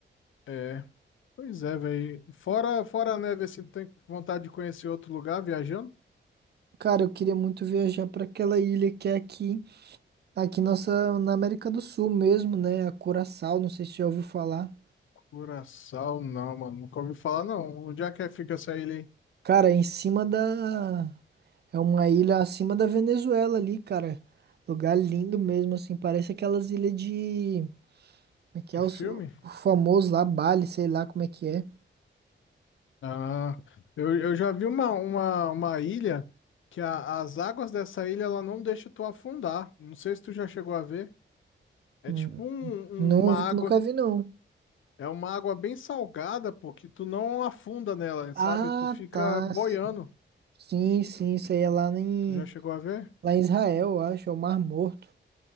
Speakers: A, on the left; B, on the right.
A: É. Pois é, velho. Fora, fora a neve, assim, tu tem vontade de conhecer outro lugar viajando?
B: Cara, eu queria muito viajar pra aquela ilha que é aqui. Tá Aqui nossa, na América do Sul mesmo, né? A Curaçao, não sei se já ouviu falar.
A: Curaçao, não, mano. Nunca ouvi falar, não. Onde é que fica essa ilha aí?
B: Cara, é em cima da. É uma ilha acima da Venezuela ali, cara. Lugar lindo mesmo, assim. Parece aquelas ilhas de. Como é que
A: De
B: é? Os-
A: filme?
B: O famoso lá, Bali, sei lá como é que é.
A: Ah, eu, eu já vi uma, uma, uma ilha que a- as águas dessa ilha, ela não deixa tu afundar. Não sei se tu já chegou a ver. É
B: Hum,
A: tipo um,
B: Não,
A: um, uma água
B: nunca vi, não.
A: É uma água bem salgada, pô, que tu não afunda nela,
B: Ah,
A: sabe? Tu fica
B: tá.
A: boiando.
B: Sim, sim, isso aí é lá em,
A: Tu já chegou a ver?
B: lá em Israel, eu acho. É o Mar Morto.